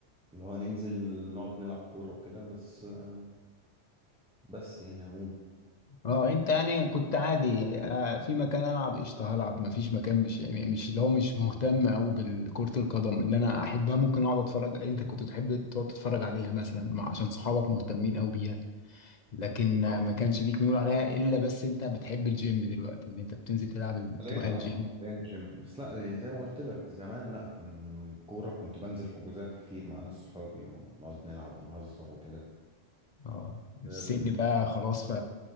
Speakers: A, in the centre; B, on the left.
A: اللي هو ننزل نقعد نلعب كورة وكده بس آه، بس يعني عموما
B: اه انت يعني كنت عادي آه، في مكان العب قشطه هلعب ما فيش مكان مش يعني مش اللي هو مش مهتم قوي بالكرة القدم اللي انا احبها ممكن اقعد اتفرج انت كنت تحب تقعد تتفرج عليها مثلا مع عشان صحابك مهتمين قوي بيها لكن آه، ما كانش ليك ميول عليها الا بس انت بتحب الجيم دلوقتي ان انت بتنزل تلعب ال-
A: حاليا
B: تروح الجيم
A: اه حاليا جيم بس لا يعني زي ما قلت لك زمان لا كن كورة كنت بنزل حجوزات كتير مع ناس صحابي ونقعد نلعب ونهزر وكده
B: اه السن
A: آه،
B: بقى خلاص ف